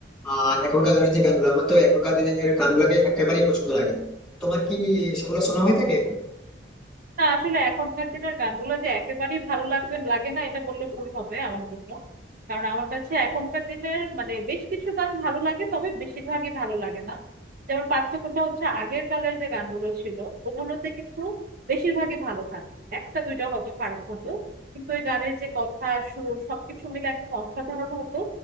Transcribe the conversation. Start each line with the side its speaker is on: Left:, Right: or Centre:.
Centre: আহ এখনকার গানের যে গানগুলো আমার তো এখনকার দিনের গানগুলাকে একেবারেই পছন্দ লাগে না তোমার কি সেগুলো শোনা হয়ে থাকে এখন
Right: না আসলে এখনকার দিনের গানগুলো যে একেবারেই ভালো লাগবে লাগে না এটা বললে ভুল হবে আমার জন্য কারণ আমার কাছে এখনকার দিনের মানে বেশ কিছু গান ভালো লাগে তবে বেশিরভাগই ভালো লাগে না যেমন পার্থক্যটা হচ্ছে আগের কালের যে গানগুলো ছিল ওগুলোতে কিন্তু বেশিরভাগই ভালো থাকতো একটা দুইটা হয়তো খারাপ হতো কিন্তু ওই গানের যে কথা সুর সবকিছু মিলে একদম অসাধারণ হতো